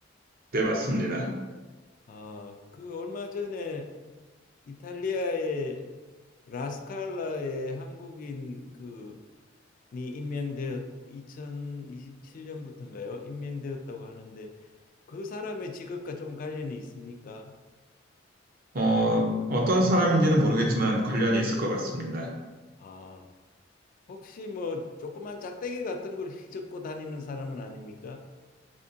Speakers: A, on the right (about 50°); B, on the left (about 45°).
A: 네, 맞습니다.
B: 아, 그 얼마 전에 이탈리아의 라스칼라의 한국인 그니 임명되었 2027년부터인가요? 임명되었다고 하는데 그 사람의 직업과 좀 관련이 있습니까?
A: 어, 어떤 사람인지는 모르겠지만 관련이 있을 것 같습니다.
B: 아, 혹시 뭐 조그만 짝대기 같은 걸 휘젓고 다니는 사람은 아닙니까?